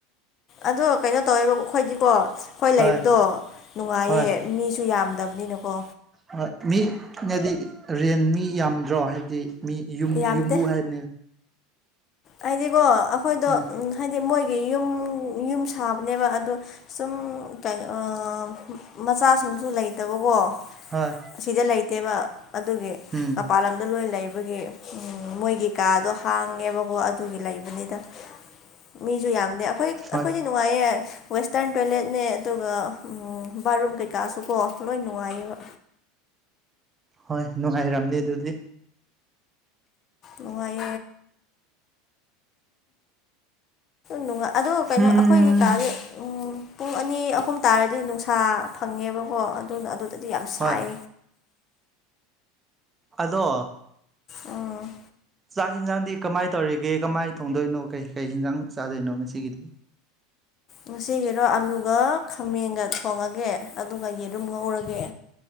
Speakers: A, on the left; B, on the right.
A: ꯑꯗꯣ ꯀꯩꯅꯣ ꯇꯧꯋꯦꯕ ꯑꯩꯈꯣꯏꯗꯤꯀꯣ ꯑꯩꯈꯣꯏ ꯂꯩꯕꯗꯣ
B: ꯍꯣꯏ
A: ꯅꯨꯡꯉꯥꯏꯌꯦ
B: ꯍꯣꯏ
A: ꯃꯤꯁꯨ ꯌꯥꯝ ꯗꯕꯅꯤ ꯅꯀꯣ
B: ꯍꯣꯏ ꯃꯤꯅꯗꯤ ꯔꯦꯟ ꯃꯤ ꯌꯥꯝꯗ꯭ꯔꯣ ꯍꯥꯏꯕꯗꯤ ꯃꯤ ꯌꯨꯝ
A: ꯌꯥꯝꯗꯦ
B: ꯌꯨꯝꯕꯨ ꯍꯥꯏꯕꯅꯦ
A: ꯍꯥꯏꯗꯤꯀꯣ ꯑꯩꯈꯣꯏꯗꯣ
B: ꯎꯝ
A: ꯎ ꯍꯥꯏꯗꯤ ꯃꯣꯏꯒꯤ ꯌꯨꯝ ꯌꯨꯝ ꯁꯥꯕꯅꯦꯕ ꯑꯗꯣ ꯁꯨꯝ ꯀꯩꯅ ꯃꯆꯥꯁꯤꯡꯁꯨ ꯂꯩꯇꯕꯀꯣ
B: ꯍꯣꯏ
A: ꯑꯁꯤꯗ ꯂꯩꯇꯦꯕ ꯑꯗꯨꯒꯤ
B: ꯎꯝ
A: ꯃꯄꯥꯟ ꯂꯝꯗ ꯂꯣꯏ ꯂꯩꯕ ꯑꯩꯒꯤ ꯎ ꯃꯣꯏꯒꯤ ꯀꯥꯗꯣ ꯍꯥꯡꯉꯦꯕꯀꯣ ꯑꯗꯨꯒꯤ ꯂꯩꯕꯅꯤꯗ ꯃꯤꯁꯨ ꯌꯥꯝꯗ ꯑꯩꯈꯣꯏ
B: ꯍꯣꯏ
A: ꯑꯩꯈꯣꯏꯁꯦ ꯅꯨꯡꯉꯥꯏꯌꯦ ꯋꯦꯁꯇꯔꯟ ꯇꯣꯏꯂꯦꯠꯅꯦ ꯑꯗꯨꯒ ꯕꯥꯠꯔꯨꯝ ꯀꯩꯀꯥꯁꯨꯀꯣ ꯂꯣꯏ ꯅꯨꯡꯉꯥꯏꯌꯦꯕ
B: ꯍꯣꯏ ꯅꯨꯡꯉꯥꯏꯔꯝꯅꯤ ꯑꯗꯨꯗꯤ
A: ꯅꯨꯡꯉꯥꯏ ꯅꯨꯡꯉ ꯑꯗꯣ ꯀꯩꯅꯣ
B: ꯎꯝ
A: ꯑꯩꯈꯣꯏꯒꯤ ꯀꯥꯥꯁꯦ ꯄꯨꯡ ꯑꯅꯤ ꯑꯍꯨꯝ ꯇꯥꯔꯗꯤ ꯅꯨꯡꯁꯥ ꯐꯪꯉꯦꯕꯀꯣ ꯑꯗꯨꯅ ꯑꯗꯨꯗꯗꯤ ꯌꯥꯝ ꯁꯥꯏ
B: ꯍꯣꯏ ꯑꯗꯣ
A: ꯑ
B: ꯆꯥꯛ ꯌꯦꯤꯟꯖꯥꯡꯗꯤ ꯀꯃꯥꯏꯅ ꯇꯧꯔꯤꯒꯦ ꯀꯃꯥꯏ ꯊꯣꯡꯗꯣꯏꯅꯣ ꯀꯩ ꯀꯩ ꯍꯟꯖꯥꯡ ꯆꯥꯗꯣꯏꯅꯣ ꯉꯁꯤꯒꯤꯗꯤ
A: ꯉꯁꯤꯒꯤꯩꯅꯣ ꯑꯂꯨꯒ ꯈꯥꯃꯦꯟꯒ ꯊꯣꯡꯉꯒꯦ ꯑꯗꯨꯒ ꯌꯦꯂꯨꯝ ꯉꯧꯔꯒꯦ